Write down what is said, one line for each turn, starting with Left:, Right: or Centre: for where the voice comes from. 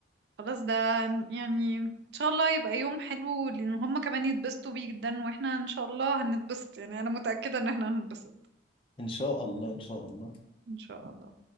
Right: خلاص ده يعني ان شاء الله يبقى يوم حلو لان هما كمان يتبسطوا بيه جدا واحنا ان شاء الله هنتبسط يعني انا متأكدة ان احنا هنتبسط
Left: إن شاء الله إن شاء الله
Right: ان شاء الله